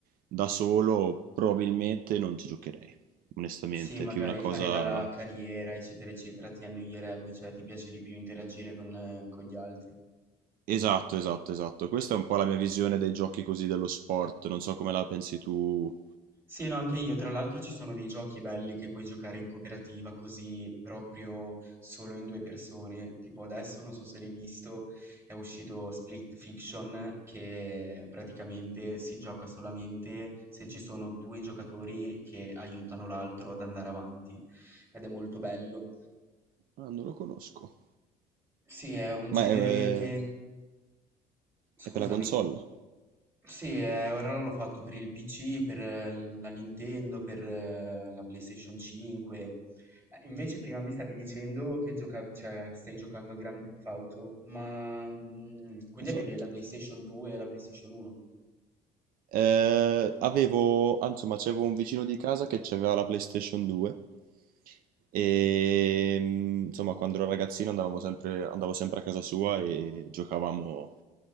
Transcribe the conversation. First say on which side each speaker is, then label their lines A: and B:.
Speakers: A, on the right (about 65°); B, on the right (about 15°).
A: da solo probabilmente non ci giocherei, onestamente,
B: Sì, magari
A: è più una cosa...
B: fare la la carriera, eccetera, eccetera, ti annoierebbe, cioè ti piace di più interagire con, eh, con gli altri.
A: Esatto, esatto, esatto. Questa è un po' la mia visione dei giochi così dello sport, non so come la pensi tu.
B: Sì, no, anche io, tra l'altro ci sono dei giochi belli che puoi giocare in cooperativa, così proprio solo in due persone. Tipo adesso, non so se l'hai visto, è uscito Split Fiction, che praticamente si gioca solamente se ci sono due giocatori che aiutano l'altro ad andare avanti. Ed è molto bello.
A: Ah, non lo conosco.
B: Sì, è un
A: Ma
B: genere
A: è, eh,
B: che... Scusami.
A: è per la console?
B: Sì, eh, ora l'hanno fatto per il PC, per eh, l- la Nintendo, per eh, la PlayStation 5. Eh, invece prima mi stavi dicendo che gioca- cioè, stai giocando a Grand Theft Auto, ma mm, quindi
A: Esatto.
B: avevi la PlayStation 2 e la PlayStation 1?
A: Eh, avevo, ah, insomma, c'avevo un vicino di casa che aveva la PlayStation 2 e mm, insomma, quando ero ragazzino andavamo sempre, andavo sempre a casa sua e giocavamo